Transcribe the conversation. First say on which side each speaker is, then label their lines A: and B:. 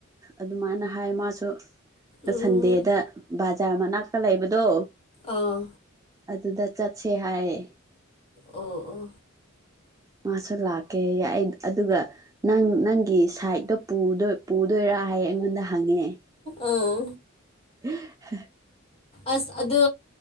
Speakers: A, on the right (about 15°); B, on the left (about 30°).
A: ꯑꯗꯨꯃꯥꯏꯅ ꯍꯥꯏ ꯃꯥꯁꯨ
B: ꯎꯝ
A: ꯁꯟꯗꯦꯗ ꯑꯣꯖꯥ <unintelligible> ꯃꯅꯥꯛꯇ ꯂꯩꯕꯗꯣ
B: ꯑꯥ
A: ꯑꯗꯨꯗ ꯆꯠꯁꯦ ꯍꯥꯏꯌꯦ
B: ꯑꯣ ꯑꯣ
A: ꯃꯥꯁꯔ ꯂꯀꯦ ꯑꯗꯨꯒ ꯅꯪ ꯅꯪꯒꯤ ꯁꯥꯏꯠꯇꯣ ꯄꯨꯗꯣꯏꯔꯥ ꯍꯥꯏ ꯑꯩꯉꯣꯟꯗ ꯍꯪꯉꯦ
B: ꯑꯥ
A: <unintelligible>
B: ꯑꯁ ꯑꯗꯨ